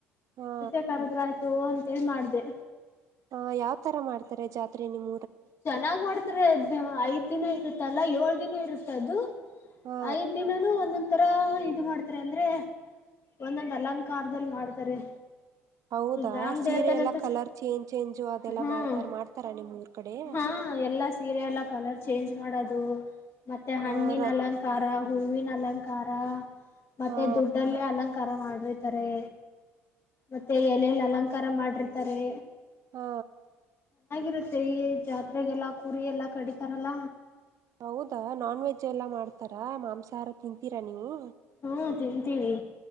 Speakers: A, on the right; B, on the left.
A: ಹಾ
B: ಹುಸೆ ಕರುದ್ರ್ ಆಯ್ತು ಅಂ ಸೆಲ್ ಮಾಡ್ದೆ.
A: ಹ ಯಾವ್ ತರ ಮಾಡ್ತಾರೆ ಜಾತ್ರೆ ನಿಮ್
B: ಚೆನ್ನಾಗ್ ಮಾಡ್ತಾರೆ ದಿ ಐದ್ ದಿನ ಇರುತ್ ತಲಾ ಓಳ್ ದಿನ ಇರುತದು.
A: ಹಾ
B: ಐದ್ ದಿನಾನು ಒಂನೋನ್ ಒಂತರ ಇದು ಮಾಡ್ತಾರೆ ಅಂದ್ರೆ ಒಂದೊಂದ್ ಅಲಂಕಾರ್ದಲ್ ಮಾಡ್ತಾರೆ.
A: ಹೌದಾ
B: ರಾಮ್
A: ಸೀರೆ
B: ದೇವತೆನಂತೂ
A: ಎಲ್ಲಾ ಕಲರ್ ಚೇಂಜ್ ಚೇಂಜು ಅದೆಲ್ಲ
B: ಹ್ಮ್
A: ಮಾಡ್ತಾರ್ ಮಾಡ್ತಾರ ನಿಮ್ಮೂರ್ ಕಡೆ
B: ಹಾ ಎಲ್ಲಾ ಸೀರೆ ಎಲ್ಲಾ ಕಲರ್ ಚೇಂಜ್ ಮಾಡ್ ಮಾಡದು. ಮತ್ತೆ ಹಣ್ಣಿನ್
A: ಹ ರ
B: ಅಲಂಕಾರ. ಹೂವಿನ್ ಅಲಂಕಾರ. ಮತ್ತೆ
A: ಹಾ
B: ದುಡ್ಡಲ್ಲೆ ಅಲಂಕ್ ಕರ ಮಾಡಿರ್ತರೆ. ಮತ್ತೆ ಎಲೆಲ್ ಅಲಂಕಾರ ಮಾಡ್ರ್ ತರೇ.
A: ಹೊ.
B: ತು ಚೆಯೇದ್. ಜಾತ್ರೆಗೆಲ್ಲ ಕುರಿ ಎಲ್ಲ ಕಡಿತ್ ತರಲ್ಲ.
A: ಹೌದಾ ನಾನ್ ವೆಜ್ ಎಲ್ಲಾ ಮಾಡ್ತಾರಾ ಮಾಂಸಾಹಾರ ತಿಂ ತಿರಾ ನೀವು.
B: ಹುಂ ತಿಂತೀವಿ.